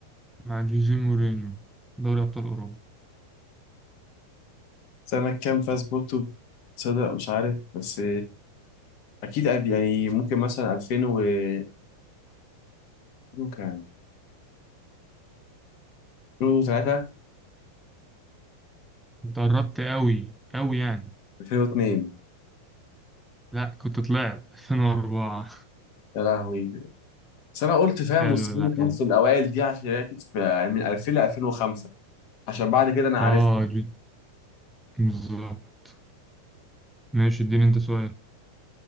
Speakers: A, in the centre; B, on the left (about 45°).
A: مع جوزيه مورينيو دوري ابطال اوروبا
B: سنة كام فاز بورتو تصدق مش عارف بس أكيد قد يعني ممكن مثلا 2000 و كام كان 2003
A: انت قربت قوي قوي يعني
B: 2002
A: لا كنت طلعت <laughs> 2004
B: يا لهوي بس أنا قلت فاهم
A: حلو
B: مستحيل
A: لا
B: يكون
A: حلو
B: في الأوائل دي عشان هي أكيد في يعني من 2000 ل 2005 عشان بعد كده أنا
A: اه
B: عارف
A: جد بالظبط ماشي اديني انت سؤال